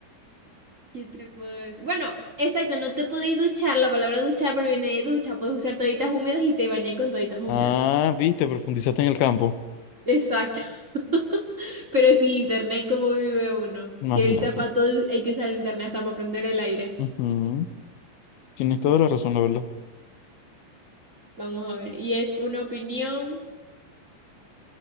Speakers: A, on the right; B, on the left.
A: ¿Qué te puedo decir? Bueno, exacto, no te podéis duchar, la palabra duchar proviene de ducha, puedes usar toallitas húmedas y te bañáis con toallitas húmedas.
B: Ah, viste, profundizaste en el campo.
A: Exacto, <laughs> pero sin internet, ¿cómo vive uno?
B: Imagínate.
A: Si ahorita para todo hay que usar el internet hasta para prender el aire.
B: Ujú. Tienes toda la razón, la verdad.
A: Vamos a ver, y es una opinión